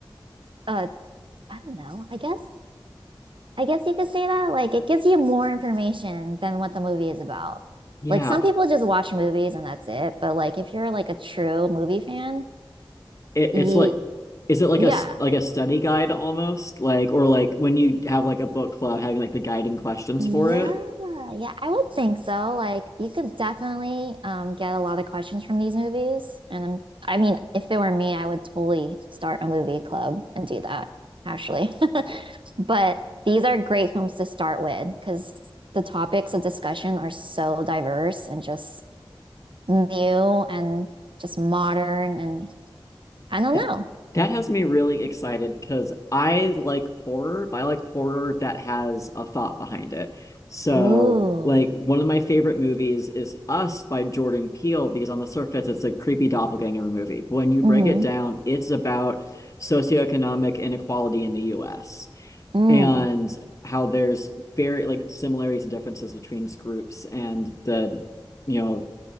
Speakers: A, on the right (about 65°); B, on the left (about 35°).
A: uh I don't know. I guess I guess you could say that like it gives you more information than what the movie is about.
B: Yeah.
A: Like some people just watch movies and that's it, but like if you're like a true movie fan,
B: It,
A: you
B: it's like, is it like
A: yeah,
B: a s- like a study guide almost? Like, or like when you have like a book club having like the guiding questions
A: Yeah,
B: for it?
A: yeah, I would think so. Like you could definitely um get a lot of questions from these movies. And I'm I mean, if it were me, I would totally start a movie club and do that, actually. <laughs> But these are great films to start with because the topics of discussion are so diverse and just new and just modern and I don't
B: That
A: know.
B: that has me really excited because I like horror, but I like horror that has a thought behind it. So,
A: Ooh.
B: like one of my favorite movies is Us by Jordan Peele because on the surface it's a creepy doppelganger movie. But when you break
A: Mm-hmm.
B: it down, it's about socioeconomic inequality in the US
A: Mm.
B: and how there's very like similarities and differences between groups and the you know